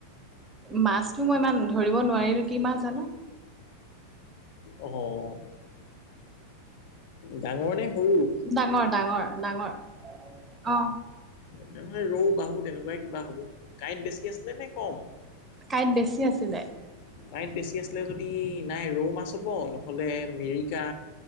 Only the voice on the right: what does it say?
মাছটো মই ইমান ধৰিব নোৱাৰিলো, কি মাছ জানো!
ডাঙৰ ডাঙৰ, ডাঙৰ। অ'।
কাঁইট বেছি। আছিলে